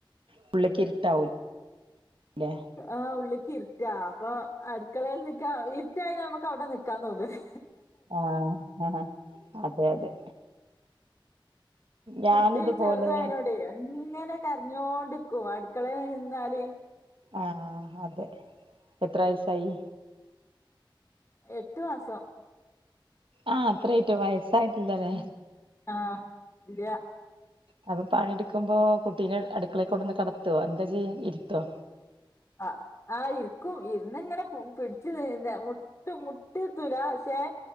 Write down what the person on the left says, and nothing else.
ആഹ് ഉള്ളിക്ക് ഇരുറ്റാ അപ്പൊ അടുക്കളയിൽ നിക്കാ ഇരുട്ടാ നമ്മക്ക് അവിടെ നിക്കാൻ തോന്നുല്ല
കുട്ടി ചെറുതായനോട എങ്ങനെ കരഞ്ഞോണ്ടിക്കും അടുക്കളേൽ നിന്നാല്
എട്ട് മാസം
ആഹ് ഇല്ല
അ ആ ഇര്ക്കും ഇര്ന്ന്ങ്ങനെ പു പിടിച്ചു ന്നെ മു ട്ടും മുട്ടുത്തൂല പഷേ